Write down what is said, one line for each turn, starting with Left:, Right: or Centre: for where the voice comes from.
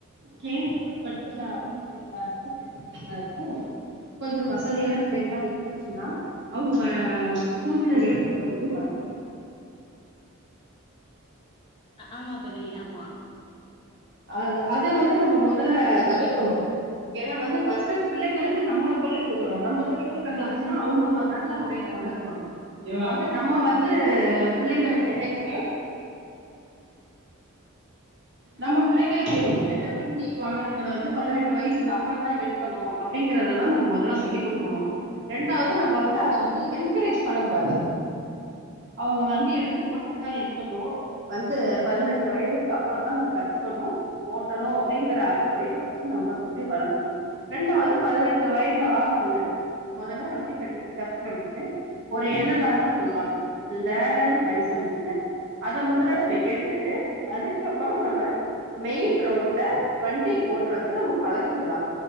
Right: கேள் கூட படிக்கிற ஆண் பிள்ளைகளா இருக்கட்டு பெண் பிள்ளைகளா இருக் கு கொஞ்சொ வசதியான பிள்ளைகலா இருந்துச்சின்னா அவுங்க டூ வீலர் எடுத்துட்டு வருவது வழக்கம்
Left: ஆமா தோழி ஆமா
Right: அத அத வந்து நம்ம மொதல்ல தவிர்க்கணு ஏன்னா வந்து ஃபர்ஸ்ட் பிள்ளைங்களுக்கு நம்ம சொல்லி குடுக்கணும் நம்ம சொல்லி குடுக்கறத வச்சிதா அவுங்க நல்ல முறையில வளருவாங்க வந்து நம்ம வந்து பிள்ளைங்களுக்கு என்னைக்குமே நம்ம பிள்ளைங்களுக்கு என்னைக்குமே இந்த வண்டி வாகனங்கள வந்து பதினெட்டு வயசுக்கு அப்புறம் தான் எடுக் க்கணும் அப்படிங்கறதா நம்ம முதல்ல சொல்லி் குடுக்கணும் ரெண்டாவது நம்ம வந்து அத வந்து என்கரேஜ் பண்ணக் கூடாது அவுங்க வண்டி எடுத்து ஓட்டுறதா இருக்கட்டும் வந்து பதினெட்டு வயதுக்கு அப்புறம் தா நம்ம கத்துக்கணும் ஓட்டணும் அப்படிங்கிற அறிவுரையை ஃபர்ஸ்ட் நம்ம சொல்லி வளக்கணும் ரெண்டாவது பதினெட்டு வயது ஆனவுன்ன மொதல்ல வண்டி கட்டு கத்துக்கறதுக்கு ஒரு எல் எல் ஆர்னு சொல்லுவாங்க லேர்னர் லைசன்ஸ்ன அத மொதல்ல நம்ம எடுத்துட்டு அது க்கப்பறொ நம்ம மெயின் ரோட்ல வண்டி ஓட்றதுக்கு நம்ம பழகிக்கலா